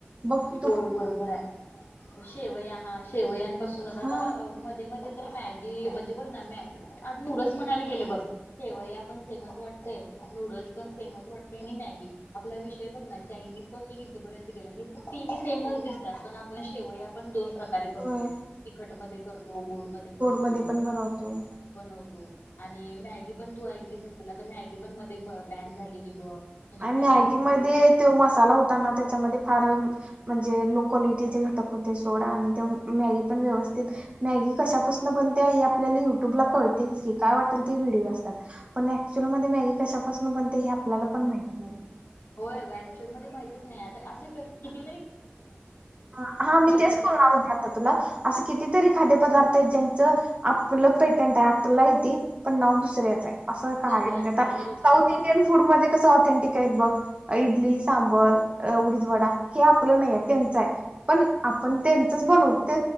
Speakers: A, on the right; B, on the left.
A: बघ की
B: होय
A: तू
B: बरोबर हाय शेवया -- हा शेवयापासूनच आता
A: हा
B: मध्ये मध्ये तर मॅगी म्हणजे बघ ना मॅग नूड- - म्हणा गेले बघ शेवया पण सेमच वाटतयं. नूडल्स पण सेमच वाटतयं आणि मॅगी आपला वि- - बघ ना चायनीज पासून इथपर्यंत गेला हे तर तिनी सेमचं दिसतात पण आपण शेवय पण दोन- - प्रकारे करतो
A: होय
B: तिखट म करतो. गोड मध्ये करतो.
A: मध्ये पण बनवतोय.
B: बनवतो. आणि मॅगी पण तू ऐकलीच असशील आता मॅगी पण मध्ये बॅन झालेली बघ. म्हणजे
A: आणि
B: मॅगीचं
A: मॅगी मध्ये
B: पॅकेट
A: तो मसाला होताना त्याच्यामध्ये फार म्हणजे- - लो कॉलोटिचे घटक होते सोड आणि त्या मॅगीपण व्यवस्थित मॅगी कशा पासुन बनत्या हे आपल्याला युट्यूबला कळतयंचं -- कि काय वांटल ते व्हिडीओ असतात पण ॲक्च्युअल मॅगी कशापासून बनते हे आपल्याला पण माहित नाही.
B: होय अगं ऍक्च्युअल मंजे माहितच नाही. आता असे कसे किती?
A: हां. मी तेच
B: खाद्यपदार्थ
A: बोलणार होते आता तुला. असं कितीतरी खाद्यपदार्थ ते ज्येंचं आपलं पेटंट आहे आपलं हाय ते पण नांव दुसऱ्याच हाय. असं काय
B: दुसऱ्यांचा
A: म्हणजे आता
B: आहे बरोबर
A: साऊथ
B: आहे
A: इंडियन फूड मध्ये कसं ऑथेंटिक आहेत बघ इडली सांबर. अ उडीद वडा. हे आपलं नाही त्येंच हाय. पण आपण त्येंचच बनव